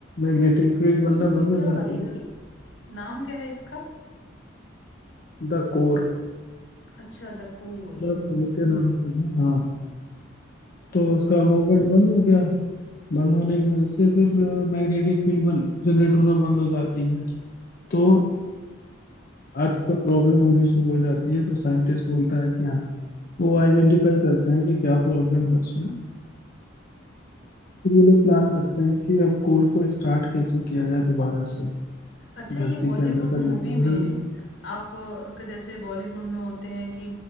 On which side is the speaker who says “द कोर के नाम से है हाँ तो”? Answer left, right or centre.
Left